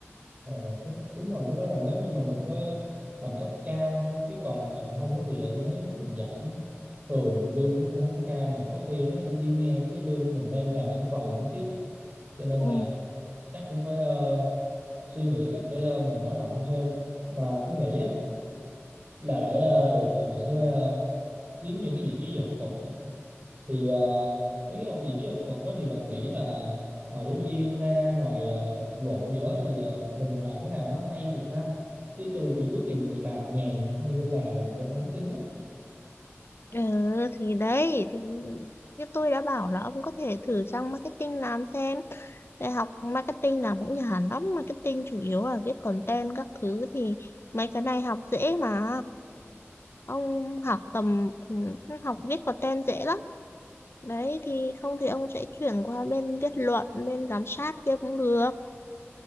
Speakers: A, on the right; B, on the left.
A: Ờ, đúng, đúng rồi cái đó là nếu như mà mình có bằng cấp cao ha chứ còn ờ, không á thì ờ, tôi thấy mình dạy cũng thường lương nó cũng không có cao mà có khi nó cũng chỉ ngang với cái lương mình đang làm văn phòng nữa chứ cho nên
B: ừ.
A: là chắc cũng phải ờ, suy nghĩ cách để ờ, mình mở rộng thêm mà tôi nghĩ á, là để ờ, được thì mình sẽ phải ờ, kiếm những cái vị trí học thuật thì ờ, mấy cái học gì cái học thuật đó thì bạn nghĩ là ngoài giáo viên ra ngoài ờ, luận gì đó thì ờ, mình làm cái nào nó hay được ta chứ tôi cũng ước gì mình được làm nhàn như bên bà là làm bên marketing á
B: ừ thì đấy thì như tôi đã bảo là ông có thể thử sang marketing làm xem đại học marketing làm cũng nhàn lắm marketing chủ yếu là viết content các thứ thì mấy cái này học dễ mà ông học tầm ừ, học viết content dễ lắm Đấy thì không thì ông sẽ chuyển qua bên viết luận, bên giám sát kia cũng được.